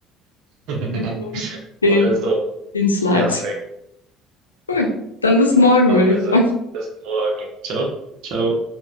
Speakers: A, on the right (about 60°); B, on the left (about 90°).
A: <laughs>
B: Minimum 10,
A: Oder so.
B: 10 Slides.
A: Perfekt.
B: Cool. Dann bis morgen,
A: Machen
B: würde
A: wir
B: ich
A: so.
B: sagen.
A: Bis morgen. Ciao, ciao.